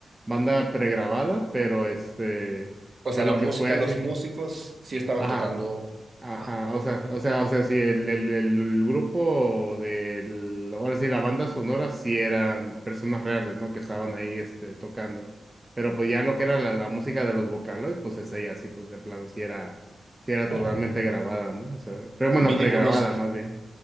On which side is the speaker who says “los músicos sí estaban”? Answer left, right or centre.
Right